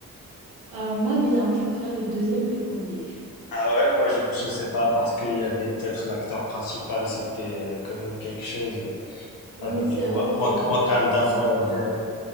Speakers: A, on the right; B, on the left.
A: Alors moi, bizarrement, je préférais le deuxième que le premier.
B: Ah ouais, moi je je sais pas parce qu'il y avait peut-être l'acteur principal, c'était euh, quand même quelque chose
A: Oui,
B: avec
A: c'est
B: le Wa-
A: vrai que
B: Wa- Wakanda
A: ne pas avoir,
B: Forever.
A: euh,